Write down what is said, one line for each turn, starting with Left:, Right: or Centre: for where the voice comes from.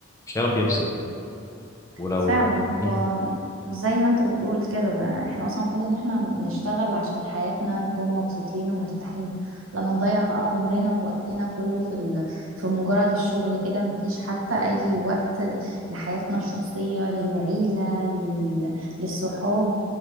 Left: مش هيعرف يفصل ولو
Right: فعلا هو
Left: مم،
Right: زي ما انت بتقول كده ده احنا اصلا المفروض ان احنا نشتغل عشان حياتنا نكون مبسوطين ومرتاحين لما نضيع بقى عمرنا ووقتنا كله في ال... في مجرد الشغل كده مفيش حتى اي وقت لحياتنا الشخصية للعيلة لل... للصحاب